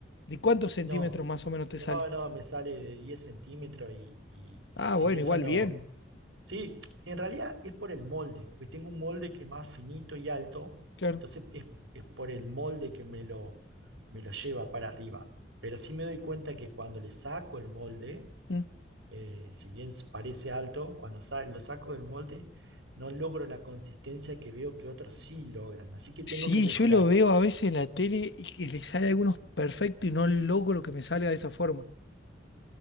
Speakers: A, on the left; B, on the right.
A: ¿De cuántos centímetros
B: No,
A: más o menos te
B: no,
A: sale?
B: no, me sale de 10 centímetros y, y
A: Ah,
B: en,
A: bueno,
B: en eso
A: igual
B: no.
A: bien.
B: Sí, en realidad es por el molde, porque tengo un molde que es más finito y alto,
A: Claro.
B: entonces es, es por el molde que me lo, me lo lleva para arriba. Pero sí me doy cuenta que cuando le saco el molde,
A: Mm.
B: eh, si bien parece alto, cuando sa- lo saco del molde, no logro la consistencia que veo que otros sí logran. Así que
A: Sí,
B: tengo que mejorar.
A: yo lo veo a veces en la tele y que le sale a algunos perfecto y no logro que me salga de esa forma.